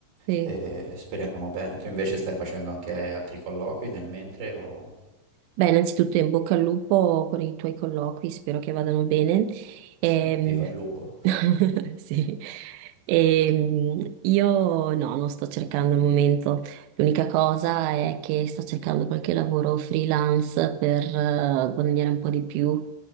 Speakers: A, on the right; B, on the right.
A: sì.
B: E speriamo bene. Tu invece stai facendo anche altri colloqui nel mentre o
A: Beh, innanzitutto in bocca al lupo con i tuoi colloqui, spero che vadano bene. Ehm,
B: vi- viva il lupo?
A: <laughs> sì. Ehm, io no, non sto cercando al momento. L'unica cosa è che sto cercando qualche lavoro freelance per eh, guadagnare un po' di più,